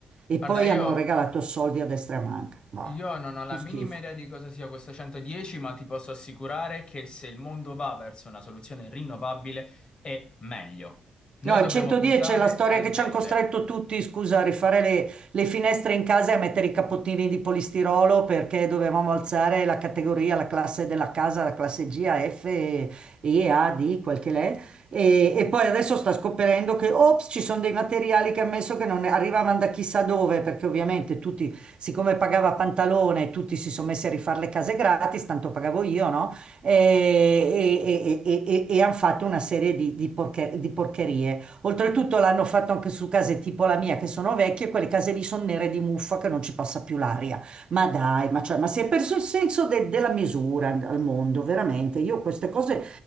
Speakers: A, on the right (about 50°); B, on the left (about 45°).
A: E poi
B: Guarda, io,
A: hanno regalato soldi a destra e a manca. Ma
B: io
A: guarda,
B: non ho la
A: uno
B: minima
A: schifo.
B: idea di cosa sia questo 110, ma ti posso assicurare che se il mondo va verso una soluzione rinnovabile è meglio.
A: No,
B: Noi
A: al
B: dobbiamo
A: 110
B: puntare
A: c'è la storia
B: al
A: che
B: verde.
A: ci hanno costretto tutti, scusa, a rifare le, le finestre in casa e a mettere i cappottini di polistirolo perché dovevamo alzare la categoria, la classe della casa, la classe G, A, F, E, E, A, D, quel che l'è. E, e poi adesso sta scoprendo che, ops, ci sono dei materiali che ha messo che non arrivavano da chissà dove, perché ovviamente tutti, siccome pagava Pantalone, tutti si sono messi a rifare le case gratis, tanto pagavo io, no? Eh, e, e- e- e- e hanno fatto una serie di, di porche- di porcherie. Oltretutto l'hanno fatto anche su case tipo la mia che sono vecchie, quelle case lì sono nere di muffa che non ci passa più l'aria. Ma dai, ma, cioè, ma si è perso il senso de- della misura al mondo, veramente. Io queste cose